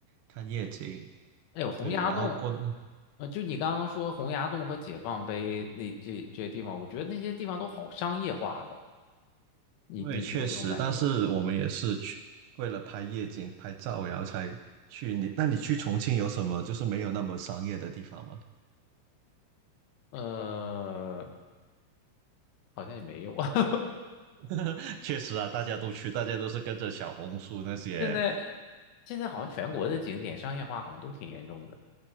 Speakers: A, on the right; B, on the left.
A: 看夜景。
B: 哎呦，洪崖洞，
A: 对，然后过那，
B: 呃，就你刚刚说洪崖洞和解放碑那这这些地方，我觉得那些地方都好商业化哦。你你有这种感觉吗？
A: 因为确实，但是我们也是去为了拍夜景拍照，然后才去你。那你去重庆有什么就是没有那么商业的地方吗？
B: 呃，好像也没有。<laughs>
A: <laughs> 确实啊，大家都去，大家都是跟着小红书那些
B: 现在现在好像全国的景点商业化好像都挺严重的。